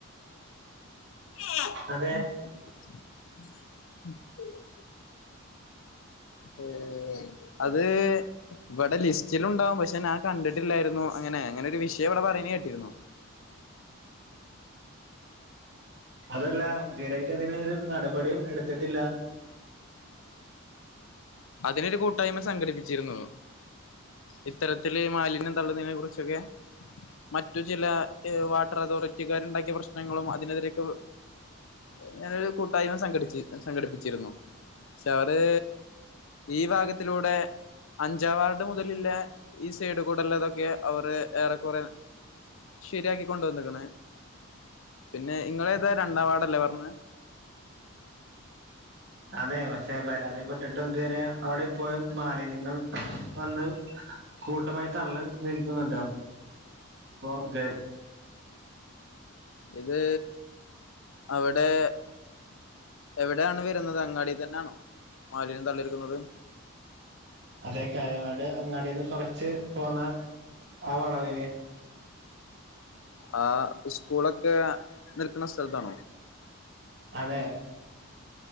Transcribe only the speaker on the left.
<inaudible>
ഏഹ് അത് ഇവിടെ ലിസ്റ്റിലുണ്ടാവും പക്ഷേ ഞാൻ കണ്ടിട്ടില്ലായിരുന്നു അങ്ങനെ അങ്ങനെ ഒരു വിഷയം ഇവിടെ പറയ്ണെ കേട്ടിരുന്നു
അതിനൊരു കൂട്ടായ്മ സംഘടിപ്പിച്ചിരുന്നു ഇത്തരത്തില് മാലിന്യം തള്ളുന്നതിനെ കുറിച്ചൊക്കെ മറ്റു ചില വാട്ടർ ഏഹ് അതോറിറ്റിക്കാര് ഇണ്ടാക്കിയ പ്രശ്നങ്ങളും അതിനെതിരൊക്കെ ഇങ്ങനൊരു കൂട്ടായ്മ സംഘടിച്ചി സംഘടിപ്പിച്ചിരുന്നു പക്ഷേ അവര് ഈ ഭാഗത്തിലൂടെ അഞ്ചാംവാർഡ് മുതലില്ലേ ഈ സൈഡ് കൂട് ഇല്ലതൊക്കെ അവര് ഏറെക്കൊറേ ശരിയാക്കി കൊണ്ട് വന്നിക്ക്ണ് പിന്നെ ഇങ്ങളേതാ രണ്ടാം വാർഡല്ലേ പർണ്ണേ
ഇത് അവടെ എവടെയാണ് വരുന്നത് അങ്ങാടിൽ തന്നെയാണോ മാലിന്യം തള്ളരുത് എന്നുള്ളത്
ആഹ് ഉസ്കൂളൊക്കെ നിൽക്കുന്ന സ്ഥലത്താണോ